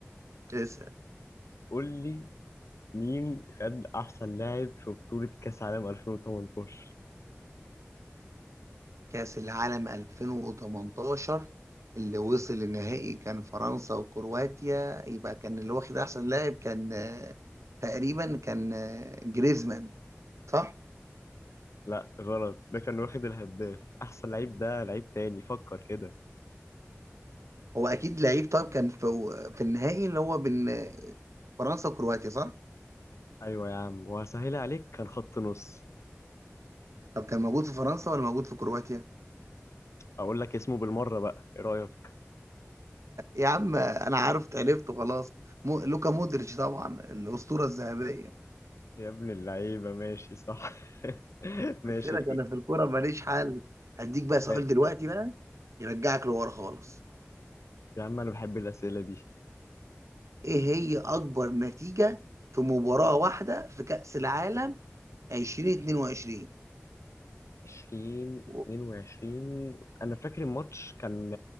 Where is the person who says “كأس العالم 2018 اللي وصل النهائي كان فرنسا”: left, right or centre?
Right